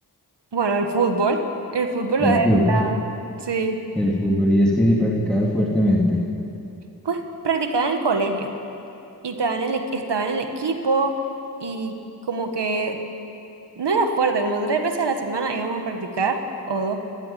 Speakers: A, on the right; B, in the centre.
A: Bueno, el fútbol. El fútbol
B: El
A: lo dejé
B: fútbol.
A: de un lado. Sí.
B: El fútbol, y es que sí practicabas fuertemente.
A: Pues practicaba en el colegio. Y estaba en el, equi- estaba en el equipo. Y como que no era fuerte, como tres veces a la semana íbamos a practicar. O dos